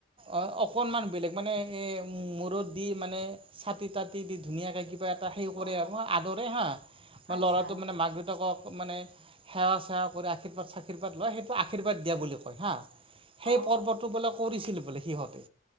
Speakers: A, on the right; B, on the right.
A: অঁ অকণমান বেলেগ মানে এই মূৰত দি মানে চাটি তাতি দি ধুনীয়াকৈ কিব এটা সেই কৰে
B: অ
A: আৰু হাঁ আদৰে হাঁ ম
B: আচ্ছা
A: ল'ৰাটো মানে মাক দেউতাকক মানে সেৱা চেৱা কৰি আশীৰ্বাদ চাশিৰ্বাত লয় সেইটো আশীৰ্বাদ
B: আচ্ছা
A: দিয়া বুলি কয় হাঃ সেই
B: অ
A: পৰ্বটো বোলে কৰিছিলো বোলে সিহঁতে